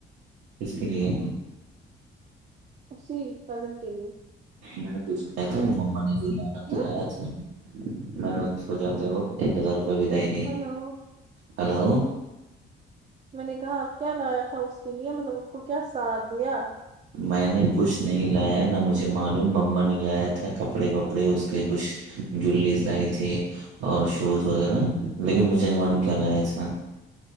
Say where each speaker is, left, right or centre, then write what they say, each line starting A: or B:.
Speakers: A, on the right; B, on the right.
A: کس کے لیے
B: اسی کزن کے لیے
A: میں نے پوچھنایا تھا وہ مما نے ج لانا
B: ہوں
A: چلایا تھا میں نے اس کو جاتے وہق ایک ہزار روپئے بدائی دی
B: ہلو
A: ہلو
B: میں نے کہا کیا لایا تھا اس کے لیے مطلب اس کو کیا ساتھ دیا
A: میں نے کچھ نہیں لایا نہ مجھے معلوم مما نے لایا تھا کپڑے وپڑے اس کے کچھ جولیز لائی تھی اور شوز وغیرہ لیکن مجھے نہیں معلوم کیا لگایا اس کا